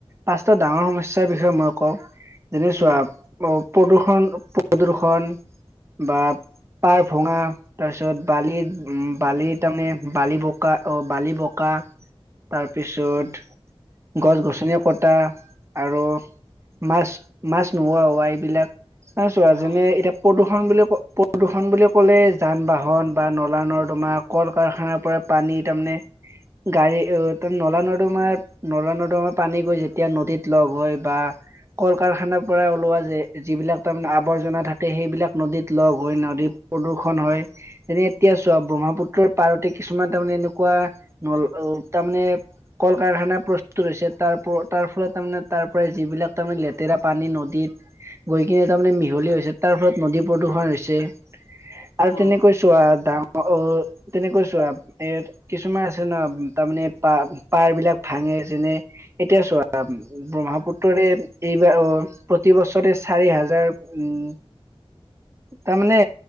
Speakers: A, on the right; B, on the left.
A: পাঁচটা ডাঙৰ সমস্যাৰ বিষয়ে মই কওঁ। যেনে চোৱা
B: উম
A: প্ৰদূষণ, প্ৰদূৰষণ। বা পাৰ ভঙা, তাৰপিছত বালিত উম বালি তাৰমানে বালি বোকা, অ' বালি বোকা। তাৰপিছত
B: উম
A: গছ গছনি কটা আৰু মাছ, মাছ নোহোৱা হোৱা এইবিলাক। আৰু চোৱা
B: অ
A: যেনে এতিয়া প্ৰদূষণ বুলি ক'লে প্ৰদূষণ বুলি ক'লে যান বাহন বা ন নলা নৰ্দমা, কল কাৰখানাৰ পৰা পানী তাৰমানে গাড়ী <unintelligible> নলা নৰ্দমা নলা নৰ্দমাৰ পানী গৈ যেতিয়া নদীত লগ হৈ বা কল কাৰখানাৰ পৰা ওলোৱা যে যিবিলাক তাৰমানে আৱৰ্জনা থাকে, সেইবিলাক নদীত লগ হৈ নদীত প্ৰদূষণ হয়। <unintelligible> এতিয়া চোৱা ব্ৰহ্মপুত্ৰৰ পাৰতে কিছুমান তাৰমানে এনেকুৱা নল- তাৰমানে কল কাৰখানা প্ৰস্তুত হৈছে তাৰপৰ তাৰ ফলত তাৰমানে তাৰ পৰা যিবিলাক তাৰে লেতেৰা পানী নদীত গৈ কিনে তাৰমানে মিহলি হৈছে তাৰ ফলত নদী প্ৰদূষণ হৈছে। আৰু
B: অ অ
A: তেনেকৈ চোৱা ডাঙৰ- তেনেকৈ চোৱা এ <unintelligible> কিছুমান আছে ন তাৰমানে পা, পাৰ বিলাক ভাঙে যেনে এতিয়া চোৱা ব্ৰহ্মপুত্ৰৰে এইবাৰ, প্ৰতি বছৰে চাৰি হাজাৰ উম তাৰমানে